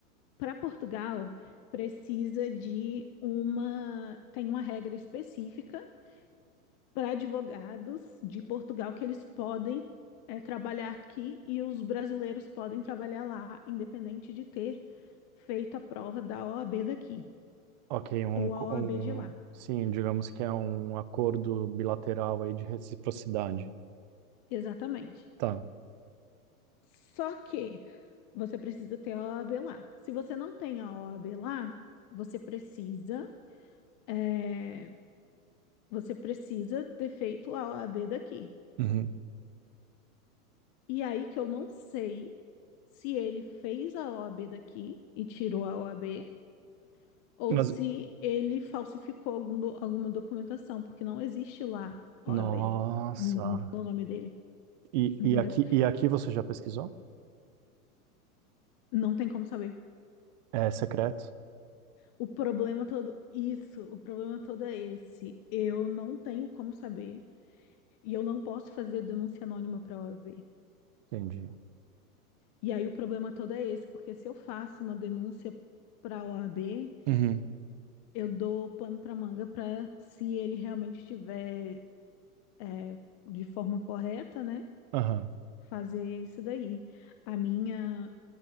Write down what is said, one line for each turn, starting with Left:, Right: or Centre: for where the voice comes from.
Left: Para Portugal, precisa de uma, tem uma regra específica para advogados de Portugal que eles podem é, trabalhar aqui e os brasileiros podem trabalhar lá, independente de ter feito a prova da OAB daqui
Right: Ok, um,
Left: ou a OAB
Right: um-
Left: de lá.
Right: sim, digamos que é um acordo bilateral aí de reciprocidade.
Left: Exatamente.
Right: Tá.
Left: Só que você precisa ter a OAB lá. Se você não tem a OAB lá, você precisa, é, você precisa ter feito a OAB daqui.
Right: Uhum.
Left: E aí que eu não sei se ele fez a OAB daqui e tirou a OAB, ou
Right: Mas,
Left: se ele falsificou algum do- alguma documentação, porque não existe lá
Right: nossa.
Left: OAB n- no nome dele,
Right: E,
Left: entendeu?
Right: e aqui, e aqui você já pesquisou?
Left: Não tem como saber.
Right: É secreto?
Left: O problema todo, isso, o problema todo é esse. Eu não tenho como saber e eu não posso fazer denúncia anônima para a OAB.
Right: Entendi.
Left: E aí o problema todo é esse, porque se eu faço uma denúncia para a OAB,
Right: Uhum.
Left: eu dou pano para manga para se ele realmente estiver é, de forma correta, né,
Right: Aham.
Left: fazer isso daí. A minha,